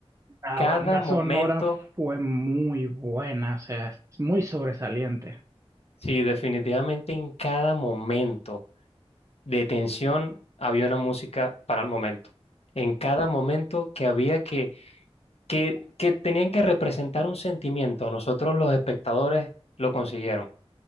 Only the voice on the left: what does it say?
Cada
momento,
sí, definitivamente en cada momento de tensión había una música para el momento. En cada momento que había que que, que tenían que representar un sentimiento. Nosotros los espectadores lo consiguieron.